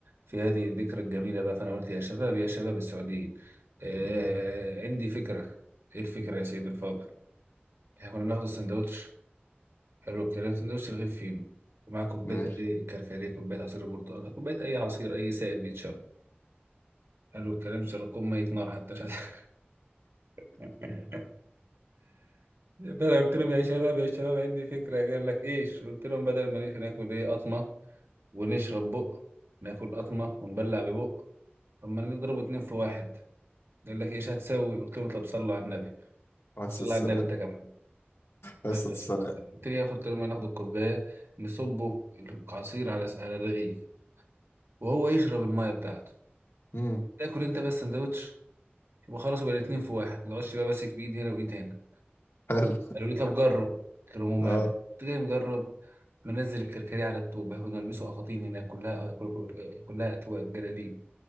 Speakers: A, on the right; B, on the left.
A: في هذه الذكرى الجميلة بقى فأنا قلت يا شباب يا شباب السعوديين آه،
B: مم.
A: عندي فكرة إيه الفكرة يا سيدي الفاضل؟ إحنا كنا بناخد السندوتش حلو الكلام سندوتش رغيف فينو ومعاه كوباية
B: ماشي
A: الإيه الكركديه كوباية عصير البرتقال كوباية أي عصير أي سائل بيتشرب حلو الكلام شرب كوب مية نار حتى مش عارف <laughs> فانا قلت لهم يا شباب يا شباب عندي فكره قال لك ايش قلت لهم بدل ما نش- ناكل ايه قطمه ونشرب بق ناكل قطمه ونبلع ببق طب ما نضرب اتنين في واحد قال لك ايش هتسوي قلت لهم طب صلوا على النبي
B: بس
A: صلوا
B: السلام
A: على النبي انت كمان
B: بس
A: يلا
B: السلام
A: صلوا على النبي. قلت لي قلت لهم هناخد الكوبايه نصبه العصير على على الرغيف وهو يشرب الميه بتاعته
B: مم.
A: تاكل انت بس سندوتش يبقى خلاص بقى الاتنين في واحد ما تقعدش بقى ماسك بايد هنا وايد هنا
B: حلو
A: قالوا لي طب جرب قلت لهم
B: اه
A: ماله قلت جاي مجرب منزل الكركديه على التوب كنا نلبسه قفاطين هناك كلها كل- كلها أتواب جلاليب